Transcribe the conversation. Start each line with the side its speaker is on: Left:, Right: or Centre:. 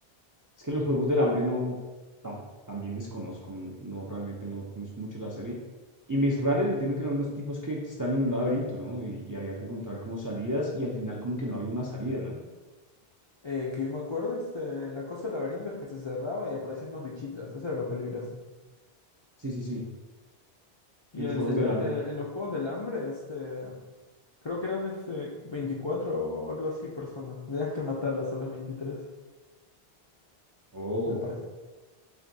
Right: Es que los Juegos del Hambre no, tam- también desconozco, no realmente no conozco mucho la serie. Y Maze Runner entiendo que eran unos tipos que están en un laberinto, ¿no? Y, y había que encontrar como salidas y al final como que no había una salida, ¿no?
Left: Eh, que yo me acuerdo, este, la cosa del laberinto es que se cerraba y aparecían unos bichitos, eso era lo peligroso.
Right: Sí, sí, sí.
Left: Y
Right: Y los
Left: en el
Right: Juegos
Left: señor,
Right: del Hambre.
Left: en, en los Juegos del Hambre, este, Creo que eran ese 24 o algo así personas. Tenías que matarlas a las 23
Right: Oh,
Left: me parece.